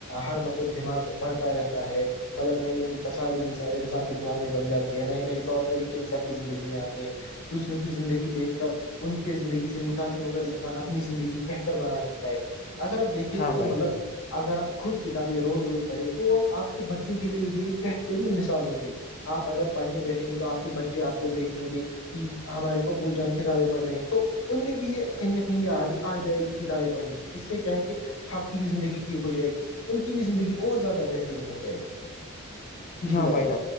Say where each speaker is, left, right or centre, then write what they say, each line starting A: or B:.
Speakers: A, on the left (about 65°); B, on the left (about 40°).
A: ہر وقت دماغ بڑھتا رہتا ہے مطلب نئی نئی تصاویر انسان کے دماغ میں بن جاتی ہے نئے نئے طور طریقے انسان کی زندگی میں آتی ہیں دوسروں کی زندگی دیکھ کر ان کے زندگی سے متاثر ہو کر انسان اپنی زندگی بہتر بنا سکتا ہے اگر اپ دیکھیں
B: ہاں بھائی
A: تو مطلب
B: جان
A: اگر آپ خود کتابیں روز روز پڑھیں تو وہ آپ کے بچوں کے لیے بھی ایک بہترین مثال ہوگی آپ اگر پڑھنے بیٹھیں گے تو آپ کے بچے آپ کو دیکھیں گے کہ ہمارے ابو جان کتابیں پڑھ رہے ہیں تو ان میں بھی یہ کہیں نہ کہیں عدت آ جائے گی کتابیں پڑھنے کی اس سے کیا ہے کہ آپ کی بھی زندگی ٹھیک ہو جائے گی ان کی بھی زندگی اور زیادہ بہترین ہو جائے گی جی
B: ہاں
A: بھائی
B: بھائیڈ
A: جان